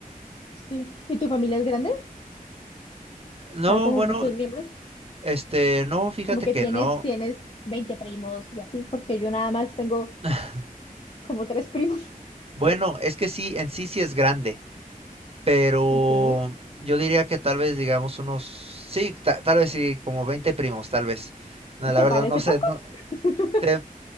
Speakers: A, on the left; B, on the right.
A: Sí. ¿Y tu familia es grande? O
B: No,
A: sea, hay como
B: bueno,
A: muchos miembros.
B: este, no, fíjate
A: Como que
B: que
A: tienes,
B: no.
A: tienes 20 primos y así, porque yo nada más tengo
B: <laughs>
A: como tres primos.
B: Bueno, es que sí, en sí sí es grande, pero
A: <laughs> ¿Qué?
B: yo diría que tal vez digamos unos, sí, ta- tal vez sí, como 20 primos, tal vez. No,
A: ¿Y
B: la
A: te
B: verdad
A: parece
B: no sé,
A: poco?
B: no,
A: <laughs>
B: te-